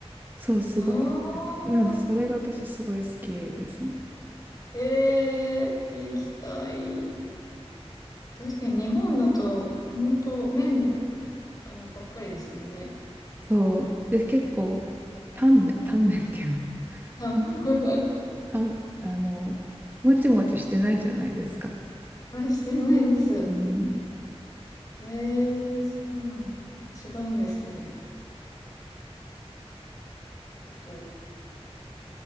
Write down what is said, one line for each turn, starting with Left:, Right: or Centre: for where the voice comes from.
Right: そう、すごいです。
Left: ああ、
Right: なので、それが私すごい好きですね。
Left: えー、液体。確かに日本だと、本当麺の、あの、ばっかりですもんね。
Right: そう。で、結構、タンメン、タンメンっていうの、<laughs>
Left: 多分
Right: タン、タン、あの、もちもちしてないじゃないですか。
Left: <laughs> あ、してないです。
Right: うん。
Left: えー、そうなんだ。違うんですね。ちょっと、